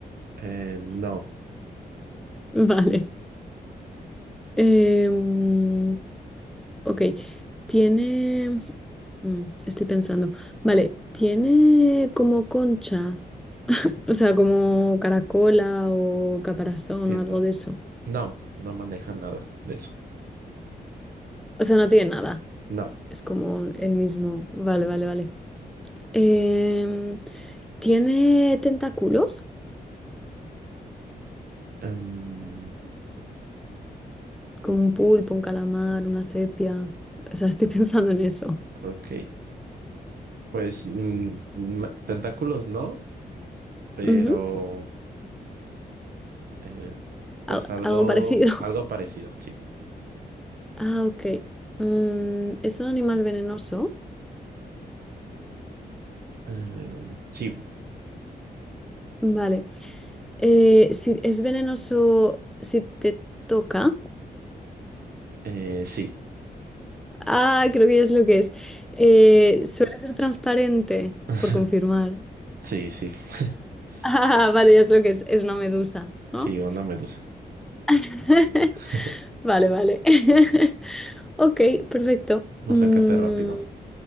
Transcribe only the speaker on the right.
Eh, no,
entiendo.
No, no manejan nada de eso.
No.
Em,
ok. Pues mm, ma- tentáculos no. pero
eh, pues
algo,
algo parecido, sí.
Em, sí,
eh, sí,
<laughs>
sí, sí, <laughs>
sí, una medusa.
<laughs>
Lo
sacaste rápido,